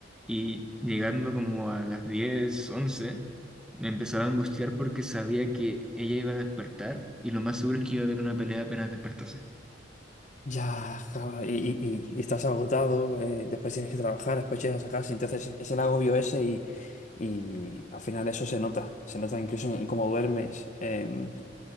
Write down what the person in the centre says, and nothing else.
y llegando como a las 10 11 me empezaba a angustiar porque sabía que ella iba a despertar y lo más seguro es que iba a haber una pelea apenas despertase.